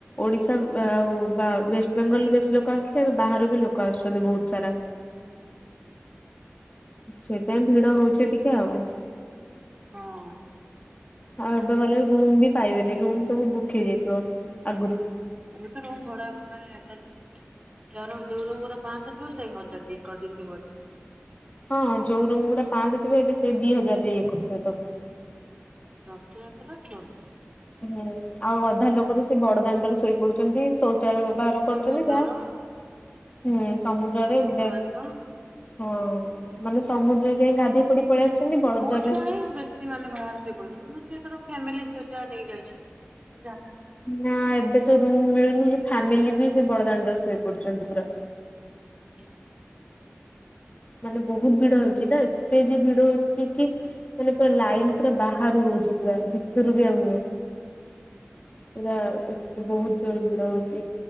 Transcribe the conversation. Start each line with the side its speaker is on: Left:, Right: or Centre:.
Left: ଓଡିଶା ଆଉ ବା ୱେଷ୍ଟ ବେଙ୍ଗଲରୁ ବେଶୀ ଲୋକ ଆସୁଥିଲେ ଏବେ ବାହାରୁ ବି ଲୋକ ଆସୁଛନ୍ତି ବହୁତ ସାରା। ସେଇପାଇ ଭିଡ ହଉଛି ଟିକେ ଆଉ।
Right: ହଁ।
Left: ଆଉ ଏବେ ଗଲେ ରୁମ ବି ପାଇବେନି ରୁମ ସବୁ ବୁକ୍ ହେଇଯାଇଥିବ ଆଗରୁ।
Right: ଏବେତ ରୁମ୍ ଭଡା ମାନେ ଯୋଉ ଯୋଉ ରୁମ୍ ଗୁରା ପାଆଁଶ ଥିବ ସେଇ ହଜାର କରିଦେଇଥିବ ବଢି
Left: ହଁ ଯୋଉ ରୁମ୍ ଗୁଡା ପାଆଁଶ ଥିବ ଏବେ ସେ ଦି ହଜାର ରେ ଇଏ କରୁଥିବେ ତାକୁ।
Right: ରଥଯାତ୍ରା। <unintelligible>
Left: ହୁଁ ଆଉ ଅଧା ଲୋକ ତ ସେ ବଡ ଦାଣ୍ଡରେ ଶୋଇ ପଡୁଛନ୍ତି <unintelligible> ବ୍ୟବହାର କରୁଛନ୍ତି
Right: ସମୁଦ୍ରର
Left: ଯା। ହୁଁ। ସମୁଦ୍ରରେ
Right: ସମୁଦ୍ର
Left: ବେ
Right: ବାଲିର
Left: ହଁ ମାନେ ସମୁଦ୍ରରେ ଯାଇ ଗାଧେଇ ପଡି ପଳେଇ ଆସୁଛନ୍ତି ବଡଦାରେ
Right: ପୁଅ ଛୁଆ ହିଁ ବେଶୀ ମାନେ ବାହାର ଯ ପଡିବ ମାନେ ଯିଏ ତାର ଫ୍ୟାମିଲୀ <unintelligible>
Left: ନା ଏବେ ତ ରୁମ୍ ମିଳୁନି। ଫ୍ୟାମିଲି ବି ସେ ବଳଦାଣ୍ଡରେ ଶୋଇ ପଡୁଛନ୍ତି ପୁରା
Right: <unintelligible>
Left: ମାନେ ବହୁତ ଭିଡ ହଉଛି ନା ଏତେ ଯ ଭିଡ ହଉଛି କି ମାନେ ପୁରା ଲାଇନ ପୁରା ବାହାରୁ ହଉଚି ପୁରା ଭିତରୁ ବି ଆଉ ନୁହେଁ। <unintelligible> ବହୁତ ଜୋରରେ ଭିଡ ହଉଛି